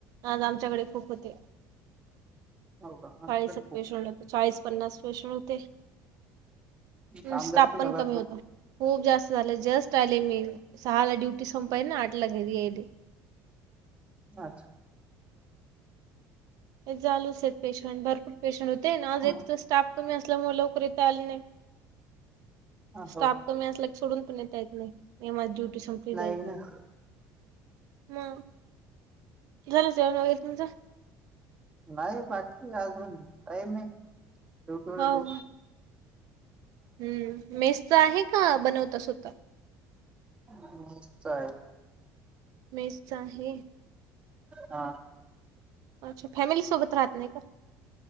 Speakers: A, on the right; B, on the right.
A: आज आमच्याकडे खूप होते.
B: हो का आमच्याकडे
A: चाळीसक
B: खूप
A: पेन्शट
B: येतात
A: चाळीस पन्नास पेन्शंट होते. हं
B: काम
A: स्टाप
B: जास्त झाला
A: पण कमी
B: असेल
A: होता. खूप जास्त झालं जस्ट आले मी सहाला ड्युटी संपाई ना आठला घरी याईले.
B: अच्छा्
A: ते चालूच येत पेन्शंट भरपूर पेन्शंट होते ना
B: हा,
A: आज एक त स्टाफ कमी असल्यामुळे लवकर येता आलं नाही
B: हो
A: स्टाप कमी असला सोडून पण येता येत नाही मी माझ ड्युटी संपली जायचं
B: नाही ना
A: म झालं जेवण वगैरे तुमचं?
B: नाही बाकी अजून टाईमय, ड्युटीवरचय.
A: हो का हम्म मेसच आहे का, बनवता स्वतः?
B: हा हा चालेल.
A: मेसचा आहे.
B: हा.
A: अच्छा, फॅमिलीसोबत राहत नाही का?